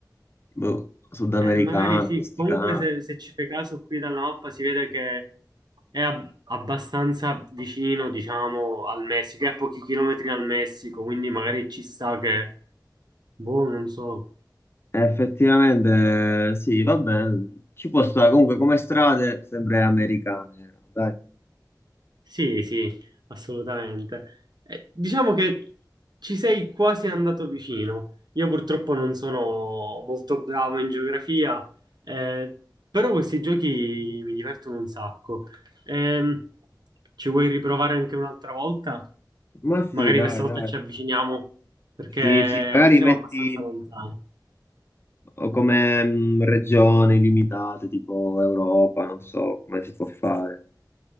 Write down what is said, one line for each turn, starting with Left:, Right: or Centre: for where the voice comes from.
Left: boh, sudamericano,
Right: Eh, magari sì,
Left: messicano.
Right: comunque se, se ci fai caso qui dalla mappa si vede che è ab- abbastanza vicino, diciamo, al Messico, è a pochi chilometri dal Messico, quindi magari ci sta che, boh, non so.
Left: Effettivamente, sì, va bene. Ci può stare, comunque come strade sempre americane, dai.
Right: Sì, sì, assolutamente. Eh, diciamo che ci sei quasi andato vicino. Io purtroppo non sono molto bravo in geografia, eh, però questi giochi mi divertono un sacco. Ehm, ci vuoi riprovare anche un'altra volta?
Left: Ma
Right: Magari
Left: sì, dai,
Right: questa volta
Left: dai.
Right: ci avviciniamo, perché
Left: Sì, sì, magari
Right: siamo
Left: metti
Right: abbastanza lontani.
Left: o come mm, regioni limitate, tipo Europa, non so come si può fare.